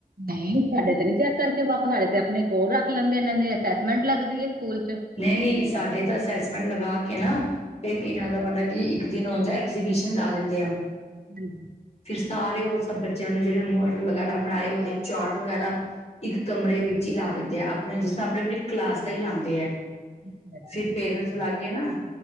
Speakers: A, on the right; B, on the left.
A: ਨਹੀਂ ਸਾਡੇ ਤੇ ਨੀ ਚੈੱਕ ਕਰਕੇ ਵਾਪਸ ਸਾਡੇ ਤੇ ਆਪਣੇ ਕੋਲ ਰੱਖ ਲੈਂਦੇ ਇਹਨਾਂ ਦੀ ਅਸੈਸਮੈਂਟ ਲੱਗਦੀ ਏ ਸਕੂਲ ਚ।
B: ਨਹੀਂ ਨਹੀਂ ਸਾਡੇ ਤਾਂ ਅਸੈਸਮੈਂਟ ਲਗਾ ਕੇ ਨਾ ਫੇਿਰ ਇਹਨਾਂ
A: ਹਾਂਜੀ
B: ਦਾ ਮਤਲਬ ਕਿ ਇੱਕ ਦਿਨ ਹੋਂਦਾ ਐਕਜੀਬਿਸ਼ਨ ਲਾ ਦਿੰਦੇ ਆ।
A: ਹਾਂਜੀ। <unintelligible>
B: ਫਿਰ ਸਾਰੇ ਉਹ ਸਭ ਬੱਚਿਆਂ ਨੂੰ ਜਿਹੜੇ ਮੋਡਲ ਵਗੈਰਾ ਬਣਾਏ ਹੁੰਦੇ ਚਾਰਟ ਵਗੈਰਾ। ਇੱਕ ਕਮਰੇ ਵਿੱਚ ਹੀ ਲਾ ਦਿੰਦੇ ਆ, ਆਪਣੇ ਜਿਸ ਤਰ੍ਹਾਂ ਆਪਣੇ-ਆਪਣੀ ਕਲਾਸ ਦਾ ਹੀ ਲਾਂਦੇ ਏ।
A: ਅੱਛਾ-ਅੱਛਾ
B: ਫਿਰ ਪੇਰੈਂਟਸ
A: ਠੀਕ
B: ਬੁਲਾਕੇ
A: ਐ,
B: ਨਾ